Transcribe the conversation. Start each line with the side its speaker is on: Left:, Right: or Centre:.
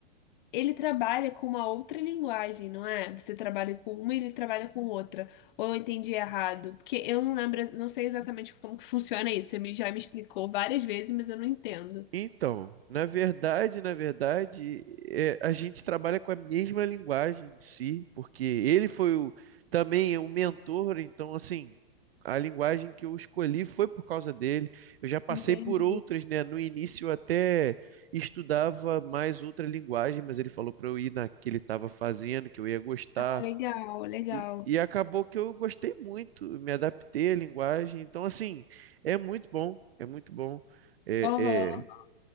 Left: Ele trabalha com uma outra linguagem, não é? Você trabalha com uma e ele trabalha com outra. Ou eu entendi errado? Porque eu não lembro, não sei exatamente como que funciona isso. Você me- já me explicou várias vezes, mas eu não entendo.
Right: Então, na verdade, na verdade, é, a gente trabalha com a mesma linguagem em si, porque ele foi o, também é o mentor, então, assim, a linguagem que eu escolhi foi por causa dele. Eu já passei
Left: Entendi.
Right: por outras, né? No início eu até estudava mais outra linguagem, mas ele falou para eu ir na que ele estava fazendo, que eu ia gostar.
Left: Ah, legal, legal.
Right: E, e acabou que eu gostei muito, me adaptei à linguagem. Então, assim, é muito bom, é muito bom. É,
Left: Aham,
Right: é,